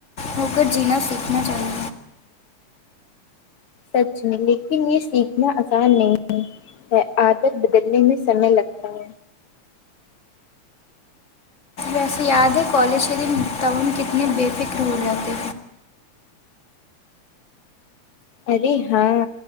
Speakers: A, on the left; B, on the left.
A: ہو کر جینا سیکھنا چاہیے
B: سچ میں لیکن یہ سیکھنا آسان نہیں ہے ہے عادت بدلنے میں سمے لگتا ہے
A: رفیاد کالج شری متااون کتنے بے فکر ہو جاتے
B: ارے ہاں